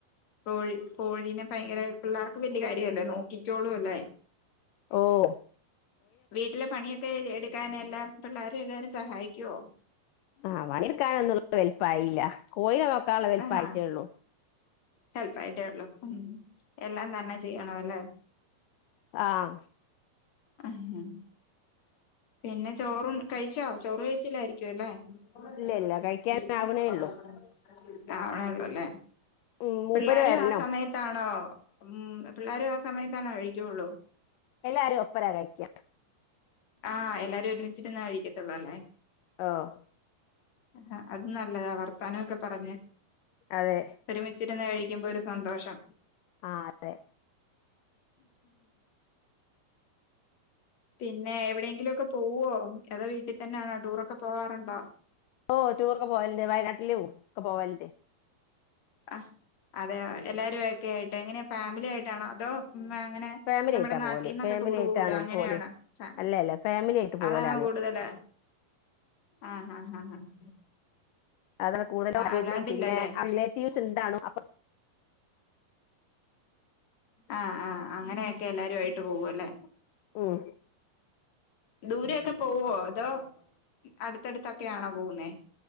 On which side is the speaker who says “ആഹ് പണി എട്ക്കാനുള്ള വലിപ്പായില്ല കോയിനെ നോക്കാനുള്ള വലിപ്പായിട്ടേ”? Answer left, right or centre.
Left